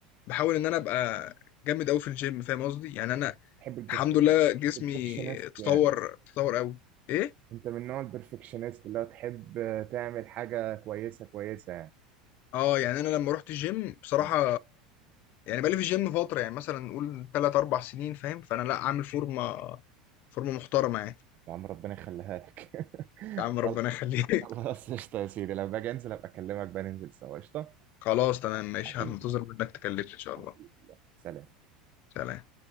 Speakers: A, on the left; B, on the right.
A: باحاول إن أنا أبقى جامد أوي في الgym فاهم قصدي؟ يعني أنا
B: تحب البرفكت
A: الحمد لله
B: يعني
A: جسمي
B: البرفكشنست
A: تطوّر
B: يعني
A: تطوّر أوي. إيه؟
B: انت من نوع البرفكشنست اللي هو تحب تعمل حاجة كويسة كويسة يعني
A: آه، يعني أنا لمّا رُحت الgym بصراحة
B: يعني
A: يعني بقى لي في الgym فترة، يعني مثلًا نقول 3، 4 سنين فاهم، فأنا لأ عامل فورمة فورمة محترمة يعني.
B: يا عم ربنا يخليها لك <laughs>
A: يا عم ربنا
B: خل-
A: يخليك. <laughs>
B: خلاص قشطة يا سيدي لما باجي انزل ابقى اكلمك بقى ننزل سوا قشطة
A: خلاص تمام ماشي،
B: حبيبي
A: هانتظر منّك تكلمني إن شاء
B: حبيبي
A: الله.
B: يلا. سلام
A: سلام.